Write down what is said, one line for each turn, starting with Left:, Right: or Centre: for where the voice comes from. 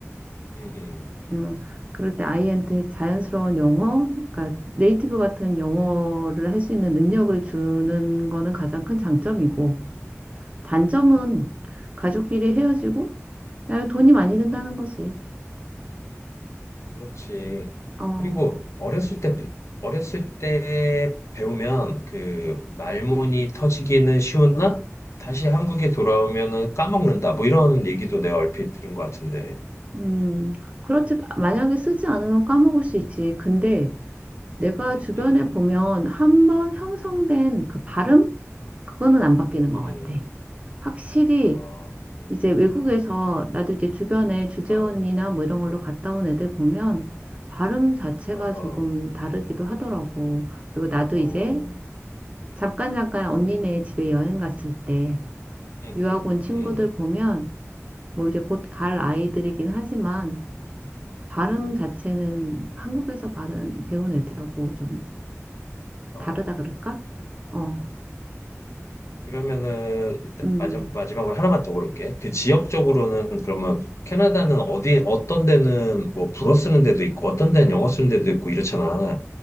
Left: 음, 음,
Right: 음, 그럴 때 아이한테 자연스러운 영어, 그러니까 네이티브 같은 영어를 할 수 있는 능력을 주는 거는 가장 큰 장점이고, 단점은
Left: 음,
Right: 가족끼리 헤어지고, 그다음에 돈이 많이 든다는
Left: 음.
Right: 거지.
Left: 그렇지.
Right: 어,
Left: 그리고 어렸을 때 어렸을 때 배우면 그 말문이 터지기는 쉬우나 다시 한국에 돌아오면은 까먹는다. 뭐 이런 얘기도 내가 얼핏 들은 것 같은데.
Right: 음, 그렇지. 만약에 쓰지 않으면 까먹을 수 있지. 근데 내가
Left: 음,
Right: 주변에
Left: 음.
Right: 보면 한번 형성된 그 발음? 그거는 안 바뀌는 것
Left: 음,
Right: 같아. 확실히
Left: 아, 음.
Right: 이제 외국에서 나도 이제 주변에 주재원이나
Left: 어,
Right: 뭐 이런 걸로 갔다 온 애들 보면 발음 자체가
Left: 어, 어,
Right: 조금 다르기도 하더라고. 그리고 나도
Left: 어,
Right: 이제
Left: 음,
Right: 잠깐 잠깐 언니네 집에 여행 갔을 때
Left: 음,
Right: 유학 온 친구들
Left: 음,
Right: 보면 뭐 이제 곧 갈
Left: 음,
Right: 아이들이긴 하지만 발음
Left: 음,
Right: 자체는 한국에서 발음 배운 애들하고 좀
Left: 어.
Right: 다르다 그럴까?
Left: 음.
Right: 어,
Left: 그러면은 일단
Right: 음.
Left: 마지막, 마지막으로 하나만 더 물어볼게. 그 지역적으로는 그러면 캐나다는 어디 어떤 데는 뭐 불어 쓰는 데도 있고 어떤 데는 영어 쓰는 데도 있고 이렇잖아.